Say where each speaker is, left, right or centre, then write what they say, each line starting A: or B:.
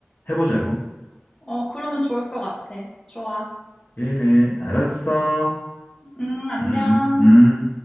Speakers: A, on the left; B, on the left.
A: 해보자고.
B: 어, 그러면 좋을 것 같아. 좋아.
A: 그래, 알았어.
B: 응, 안녕.
A: 음, 음.